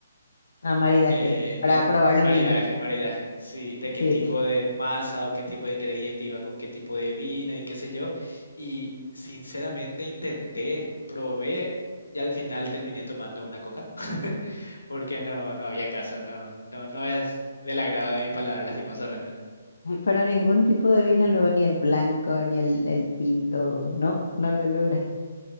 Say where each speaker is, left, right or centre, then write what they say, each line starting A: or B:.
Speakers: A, on the left; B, on the left.
A: Amar y dejé
B: Eh,
A: para
B: de
A: probar los
B: maridaje,
A: vinos.
B: maridaje, sí, de
A: Sí,
B: qué tipo
A: sí.
B: de masa o qué tipo de ingrediente iba con qué tipo de vino y qué sé yo. Y sinceramente intenté, probé y al final terminé tomando una coca <laughs> porque no, no había caso, no, no, no es del agrado de mi paladar, lastimosamente.
A: Eh, Pero ningún tipo de vino, luego ni el blanco, ni el, el tinto, no, no lo logra.